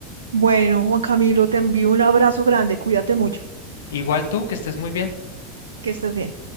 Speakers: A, on the right (about 75°); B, on the left (about 65°).
A: Bueno, Juan Camilo, te envío un abrazo grande, cuídate mucho,
B: Igual tú, que estés muy bien.
A: que estés bien.